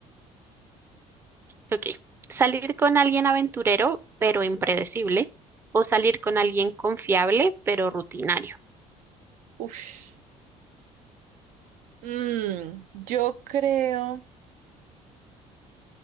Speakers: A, on the right; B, on the right.
A: Ok. Salir con alguien aventurero, pero impredecible. O salir con alguien confiable, pero rutinario.
B: Uf. Mm, yo creo,